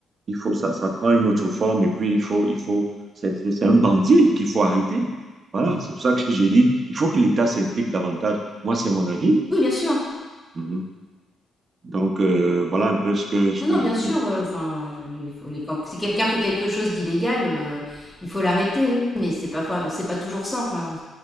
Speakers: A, on the right; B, in the centre.
A: il faut ça, ça prend une autre forme et puis il faut il faut c'est c'est- c'est un bandit qu'il faut arrêter. Voilà, c'est pour ça que j'ai dit il faut que l'État s'implique davantage. Moi, c'est mon avis.
B: Oui, bien sûr.
A: Mhm. Donc euh, voilà un peu ce que ce
B: Non,
A: que
B: non,
A: je
B: bien sûr,
A: veux.
B: euh, enfin, je- il faut les, quand- si quelqu'un fait quelque chose d'illégal, euh, il faut l'arrêter, mais c'est pas, fa- c'est pas toujours simple. hein.